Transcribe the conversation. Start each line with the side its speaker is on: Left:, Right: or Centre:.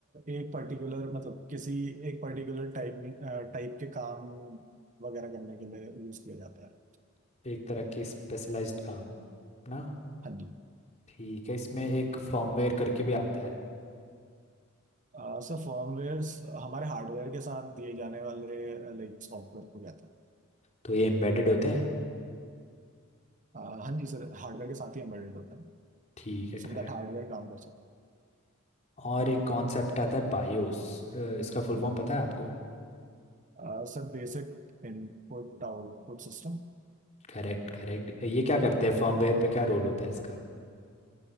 Right: एक पर्टिकुलर मतलब किसी एक पर्टिकुलर टाइमिंग टाइप के काम वगैरह करने के लिए यूज किया जाता है
Left: एक तरह की स्पेशलाइज्ड काम ना
Right: हाँ जी
Left: ठीक है इसमें एक फर्मवेयर करके भी आता है
Right: आ, सर फर्मवेयर हमारे हार्डवेयर के साथ दिए जाने वाले लाइक सॉफ्टवेयर को कहते हैं
Left: तो ये एम्बेडेड होते हैं
Right: अह, हाँ जी सर हार्डवेयर के साथ ही एम्बेडेड होता है
Left: ठीक है
Right: सो
Left: करेक्ट
Right: दैट हार्डवेयर काम कर सके
Left: और एक कॉन्सेप्ट आता है बायोस इसका फुल
Right: हम्म।
Left: फॉर्म पता है आपको
Right: आ, sir basic input output system
Left: करेक्ट करेक्ट ये क्या करते हैं फर्मवेयर पे क्या रोल होता है इसका